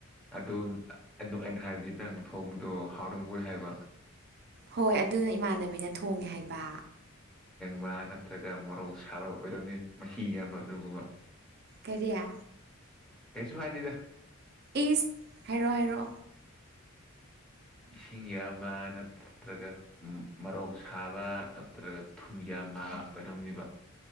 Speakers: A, in the centre; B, on the right.
A: ꯑꯗꯨ ꯑꯗꯨ ꯑꯩꯅ ꯍꯥꯏꯕꯗꯤ ꯅꯪ ꯐꯣꯡꯕꯗꯣ ꯍꯥꯎꯔꯝꯃꯣꯏ ꯍꯥꯏꯕ
B: ꯍꯣꯏ ꯑꯗꯨꯅ ꯏꯃꯥꯟꯅꯕꯤꯅ ꯊꯣꯡꯉꯦ ꯍꯥꯏꯕ
A: ꯕ ꯅꯠꯇ꯭ꯔꯒ ꯃꯣꯔꯧ ꯁꯥꯕ ꯑꯣꯏꯔꯝꯅꯤ ꯃꯍꯤ ꯌꯥꯝꯕ ꯑꯗꯨꯒꯕ
B: ꯀꯔꯤꯌꯥ
A: ꯀꯩꯁꯨ ꯐꯥꯏꯗꯤꯤꯒ
B: ꯑꯦꯁ ꯍꯥꯏꯦꯔꯣ ꯍꯥꯏꯔꯣ
A: ꯏꯁꯤꯡ ꯌꯥꯝꯕ ꯅꯠꯇ꯭ꯔꯒ ꯃꯔꯣꯛ ꯁꯥꯕ ꯅꯠꯇ꯭ꯔꯒ ꯊꯨꯝ ꯌꯥꯝꯕ ꯅꯤꯕ